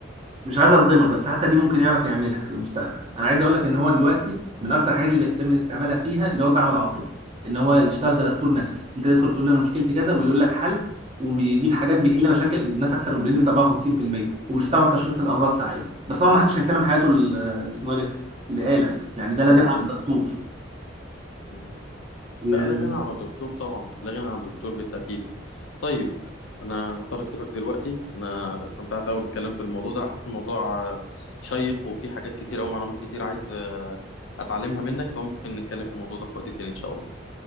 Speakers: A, on the right; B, on the left.
A: مش عايز اصدمك بس حتى دي ممكن يعرف يعملها في المستقبل انا عايز اقول لك ان هو دلوقتي من اكتر الحاجات اللي بيتم استعمالها فيها اللي هو الدعم العاطفي ان هو يشتغل كدكتور نفسي انت تدخل تقول له انا مشكلتي كذا ويقول لك حل وبيجيب حاجات بيحل مشاكل الناس اكثر من بنسبه 54% وبيشتغل في تشخيص الامراض ساعات بس طبعا ما حدش هيسلم حياته ل- اللي اسمه ايه ده لآلة يعني ده لا
B: للروبوت
A: غير عن الدكتور
B: مم.
A: آه،
B: لا لا غنى عن الدكتور طبعا لا غنى عن الدكتور بالتاكيد طيب انا هضطر اسيبك دلوقتي انا استمتعت قوي بالكلام في الموضوع ده حاسس الموضوع آه، شيق وفي حاجات كتير او معلومات كتير عايز آه، اتعلمها منك فممكن نتكلم في الموضوع ده في وقت تاني ان شاء الله